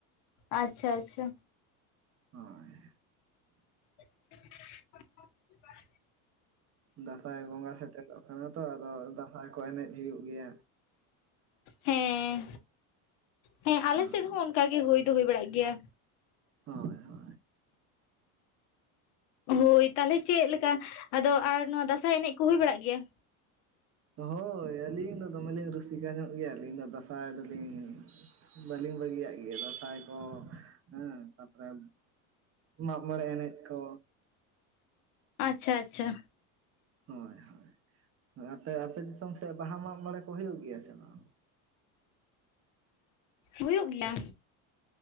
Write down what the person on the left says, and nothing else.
ᱟᱪᱪᱷᱟ-ᱟᱪᱪᱷᱟ᱾
<inaudible>
ᱦᱮᱸ, ᱦᱮᱸ ᱟᱞᱮ
ᱥᱮᱫ ᱦᱚᱸ ᱚᱱᱠᱟ ᱜᱮ ᱦᱩᱭ ᱫᱚ ᱦᱩᱭ ᱵᱟᱲᱟᱜ ᱜᱮᱭᱟ᱾
ᱦᱳᱭ ᱛᱟᱦᱚᱞᱮ ᱪᱮᱫ ᱞᱮᱠᱟ ᱟᱫᱚ ᱟᱨ ᱱᱚᱣᱟ ᱫᱟᱸᱥᱟᱭ ᱮᱱᱮᱡ ᱠᱚ ᱦᱩᱭ ᱵᱟᱲᱟᱜ ᱜᱮᱭᱟ?
ᱟᱪᱪᱷᱟ ᱟᱪᱷᱟ,
ᱦᱩᱭᱩᱜ ᱜᱮᱭᱟ᱾